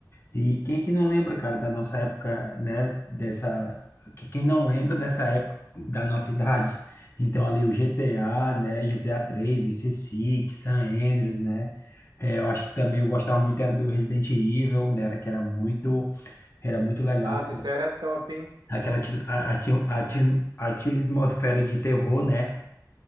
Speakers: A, on the left; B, on the right.
A: E quem é que não lembra, cara, da nossa época, né? Dessa. Que quem não lembra dessa época da nossa idade? Então, ali o GTA, né? GTA 3, Vice City, San Andreas, né? É, eu acho que também eu gostava muito era do Resident Evil, né? Era que era muito, era muito legal.
B: Ah, isso era top, hein?
A: Aquela ati- a- ati- ati- atmosfera de terror, né?